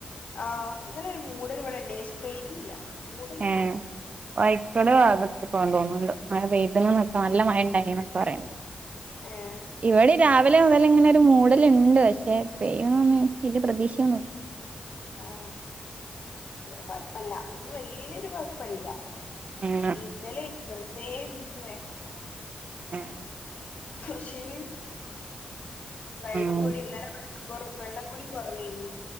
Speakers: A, on the left (about 60°); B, on the right (about 50°).
A: ആഹ്‌ ഇന്നലൊരു മൂടല് പോലെണ്ടേനി പക്ഷേ പെയ്തീല്ല മൂടല്ണ്ടേനി
B: ഏഹ് വൈക്കടെ ഭാഗത്ത് കൊണ്ടു പോന്നുണ്ട് മഴ വെയദ <unintelligible> നിക്കാ നല്ല മഴ ഉണ്ടായി എന്നൊക്കെ പറയണ്ട്
A: ഏഹ്
B: ഇവിടിം രാവിലെ മുതല്ങ്ങനൊരു മൂട ല്ണ്ട്. പക്ഷെ പെയ്യന്നൊന്നും വല്യ പ്രതീക്ഷയൊന്നുല്ല
A: ആഹ്‌ വടെ കൊഴപ്പല്ല ഇന്ന് വെൽയൊരു കൊഴപ്പല്ല
B: ഉം
A: ഇന്നലെ വെറുതേ നിന്നു വയർക്ക
B: ഉം
A: ക്ഷേ വെള്ളും
B: ഉം
A: കൂടി ഇന്നല വെള്ളം കുടിം കൊറവേനി